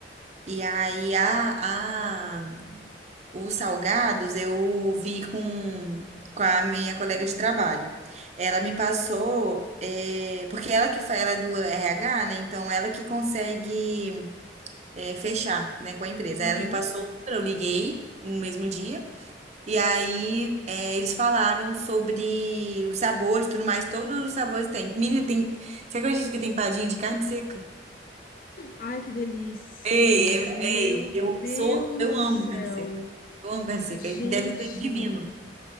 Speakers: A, on the right; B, on the left.
A: E aí, a, a, os salgados eu vi com, com a minha colega de trabalho. Ela me passou, eh, porque ela que fa- ela é do RH, né? Então, ela que consegue, eh, fechar, né, com a empresa.
B: Uhum.
A: Aí Ela me passou o número, eu liguei no mesmo dia. E aí, é, eles falaram sobre os sabores e tudo mais. Todos os sabores tem. Menina, tem. Você acredita que tem padinha de carne seca?
B: Ai, que delícia!
A: Ei, é-
B: Meu
A: ei, eu
B: Deus
A: sou. Eu
B: do
A: amo
B: céu!
A: carne seca. Eu amo carne seca.
B: Gente,
A: Deve ser divino.